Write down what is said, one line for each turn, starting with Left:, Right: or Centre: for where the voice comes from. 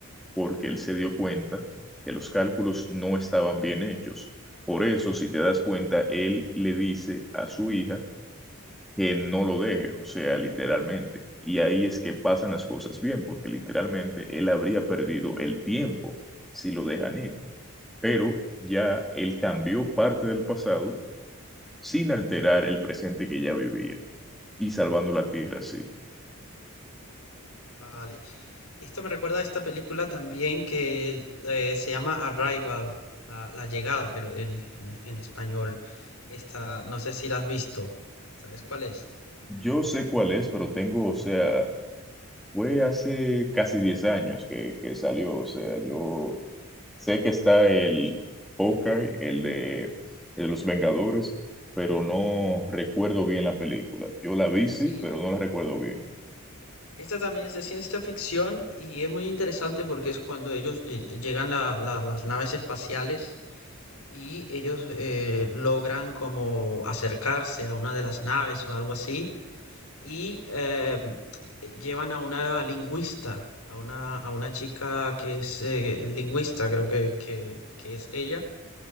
Centre: porque él se dio cuenta que los cálculos no estaban bien hechos. Por eso, si te das cuenta, él le dice a su hija que no lo deje, o sea, literalmente. Y ahí es que pasan las cosas bien, porque literalmente él habría perdido el tiempo si lo dejan ir. Pero ya él cambió parte del pasado sin alterar el presente que ya vivía y salvando la tierra, sí.
Left: Vale. Esto me recuerda a esta película también que eh, se llama Arrival, la, la llegada creo, en, en en español. Esta, no sé si la has visto. ¿Sabes cuál es?
Centre: Yo sé cuál es, pero tengo, o sea, fue hace casi 10 años que, que salió, o sea, yo Sé que está el Hawkeye, el de, el de los Vengadores, pero no recuerdo bien la película. Yo la vi,
Left: Sí,
Centre: sí, pero
Left: e-
Centre: no la recuerdo bien.
Left: esta también es de ciencia ficción y es muy interesante porque es cuando ellos eh, eh, llegan la- la- las naves espaciales y ellos eh, logran como acercarse a una de las naves o algo así y em, eh, llevan a una lingüista, a una, a una chica que es eh, lingüista, creo que, que, que es ella,